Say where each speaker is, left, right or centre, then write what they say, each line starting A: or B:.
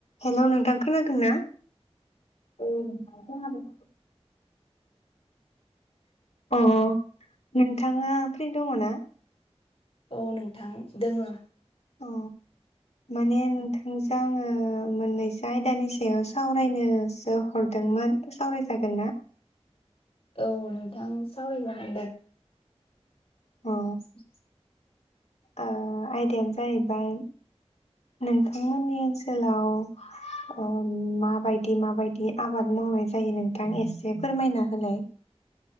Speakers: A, on the left; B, on the left.
A: हेल' नोंथां खोनादों ना औ नोंथां खोनादों अ नोंथाङा फ्रि दङ ना
B: औ नोंथां दोङो
A: अ माने नोंथांजों आङो मोननैसो आयदानि सायाव सावरायनोसो हरदोंमोन सावरायजागोन ना?
B: औ नोंथां सावरायजागोन दे <inaudible>
A: अ ओ आयदायानो जाहैबाय नोंथांमोननि ओनसोलाव ओ माबायदि माबायदि आबाद मावनाय जायो नोंथां एसे फोरमायना होलाय